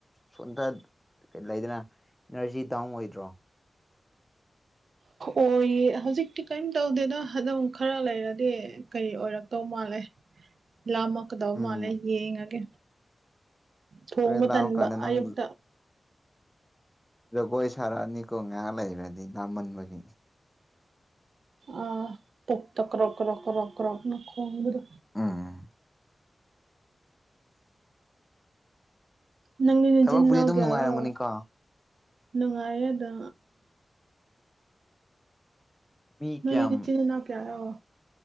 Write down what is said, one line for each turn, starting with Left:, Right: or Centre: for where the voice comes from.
Centre: ꯁꯣꯟꯗꯠ ꯂꯩꯗꯅ ꯏꯅꯔꯖꯤ ꯗꯥꯎꯟ ꯑꯣꯏꯗ꯭ꯔꯣ
Right: ꯑꯣꯏꯌꯦ ꯍꯧꯖꯤꯛꯇꯤ ꯀꯏꯝ ꯇꯧꯗꯦꯗ ꯑꯗꯨꯝ ꯈꯔ ꯂꯩꯔꯗꯤ ꯀꯔꯤ ꯑꯣꯏꯔꯛꯇꯧ ꯃꯥꯜꯂꯦ ꯂꯥꯝꯃꯛꯀꯗꯧ
Centre: ꯎꯝ
Right: ꯃꯥꯜꯂꯦ ꯌꯦꯡꯉꯒꯦ ꯊꯣꯡꯕ
Centre: ꯍꯣꯔꯦꯟ ꯂꯥꯝ
Right: ꯇꯟꯕ
Centre: ꯀꯥꯟꯗ ꯅꯪ
Right: ꯑꯌꯨꯛꯇ
Centre: ꯖꯒꯣꯏ ꯁꯥꯔꯑꯅꯤꯀꯣ ꯉꯩꯑꯛ ꯂꯩꯔꯗꯤ ꯂꯥꯝꯃꯟꯕꯒꯤ
Right: ꯑ ꯄꯣꯛꯇ ꯀ꯭ꯔꯣ ꯀ꯭ꯔꯣ ꯀ꯭ꯔꯣ ꯀ꯭ꯔꯣꯅ ꯈꯣꯡꯕꯗꯣ
Centre: ꯎꯝ ꯑꯁ
Right: ꯅꯪꯗꯤ ꯅꯆꯤꯟ
Centre: ꯊꯕꯛꯄꯨꯗꯤ
Right: ꯅꯅꯥꯎ
Centre: ꯑꯗꯨꯝ
Right: ꯒꯤꯌꯥꯔꯣ
Centre: ꯅꯨꯡꯉꯥꯏꯔꯝꯒꯅꯤꯀꯣ
Right: ꯅꯨꯡꯉꯥꯏꯌꯦꯗꯥ
Centre: ꯃꯤ
Right: ꯅꯣꯏꯗꯤ
Centre: ꯀꯌꯥꯝ
Right: ꯅꯆꯤꯟ ꯅꯅꯥꯎ ꯀꯤꯌꯥꯔꯣ